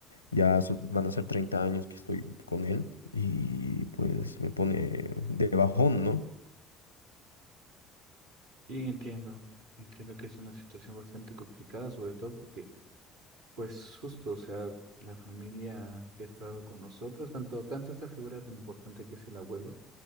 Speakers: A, on the left; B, on the right.
A: Ya so- van a ser 30 años que estoy con él y pues me pone de bajón, ¿no?
B: Y entiendo, entiendo que es una situación bastante complicada, sobre todo porque, pues justo, o sea, la familia que ha estado con nosotros, tanto, tanto esta figura tan importante que es el abuelo,